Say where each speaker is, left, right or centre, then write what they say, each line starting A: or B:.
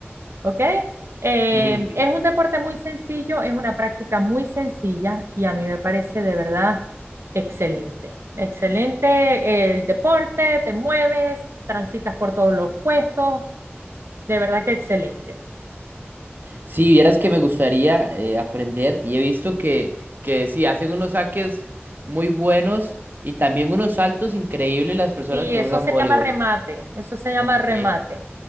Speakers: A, on the right (about 75°); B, on the right (about 50°).
A: ¿Ok? Eh,
B: Muy bien.
A: es un deporte muy sencillo, es una práctica muy sencilla y a mí me parece de verdad Excelente, excelente. El deporte, te mueves, transitas por todos los puestos, de verdad que excelente.
B: Si vieras que me gustaría eh, aprender y he visto que, que sí, hacen unos saques muy buenos y también unos saltos increíbles las personas
A: Sí,
B: que
A: eso
B: juegan
A: se
B: voleibol.
A: llama remate, eso se llama
B: Ok.
A: remate.